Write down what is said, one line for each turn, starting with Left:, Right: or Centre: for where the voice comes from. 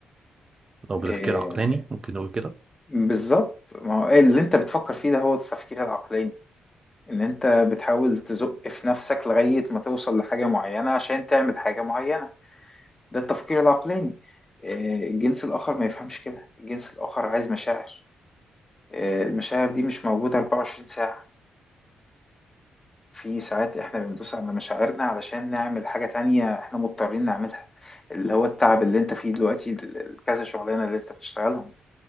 Right: لو بتفكير
Left: قدامك
Right: عقلاني ممكن نقول كده
Left: بالظبط ما هو اللي انت بتفكر فيه ده هو التفكير العقلاني ان انت بتحاول تزق في نفسك لغاية ما توصل لحاجة معينة عشان تعمل حاجة معينة ده التفكير العقلاني آه، الجنس الآخر ما يفهمش كده الجنس الآخر عايز مشاعر آه، المشاعر دي مش موجودة 24 ساعة في ساعات احنا بندوس على مشاعرنا علشان نعمل حاجة تانية احنا مضطرين نعملها اللي هو التعب اللي انت فيه دلوقتي ال- ال- كذا شغلانة اللي انت بتشتغلهم